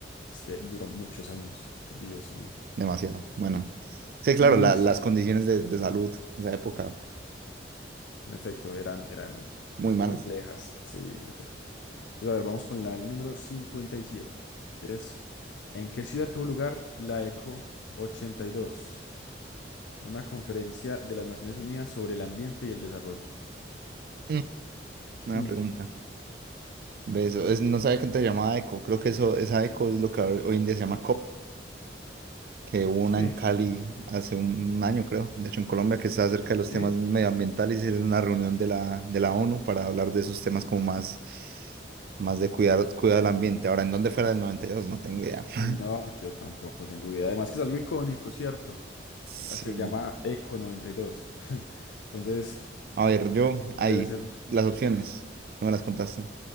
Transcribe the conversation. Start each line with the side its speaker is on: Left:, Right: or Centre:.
Left: Es que duró muchos años. Dios mío.
Right: Demasiado. Bueno, sí, claro,
Left: Listo.
Right: la- las condiciones de, de salud en esa época,
Left: En efecto, eran, eran
Right: muy malas.
Left: complejas, sí, en efecto. Entonces, a ver, vamos con la el número 57, que es, ¿en qué ciudad tuvo lugar la ECO ochenta y dos, Una conferencia de las Naciones Unidas sobre el ambiente y el desarrollo.
Right: Mm, Una
Left: Mm,
Right: pregunta. Ve eso, es, no sabía que antes se llamaba eco. Creo que eso, esa eco es lo que hoy en día se llama COP. que hubo una
Left: Sí,
Right: en Cali hace un, un año, creo, de hecho en Colombia, que está acerca de los
Left: sí.
Right: temas medioambientales y era una reunión de la, de la ONU para hablar de esos temas como más, más de cuidar, cuidar el ambiente. Ahora, ¿en dónde fuera el noventa y dos No tengo idea. <laughs>
Left: No, yo tampoco tengo idea. Además que es algo icónico, ¿cierto?
Right: Sí.
Left: Hasta se llama ECO noventa y dos. Entonces,
Right: A ver, yo ahí,
Left: debe ser...
Right: las opciones, no me las contaste.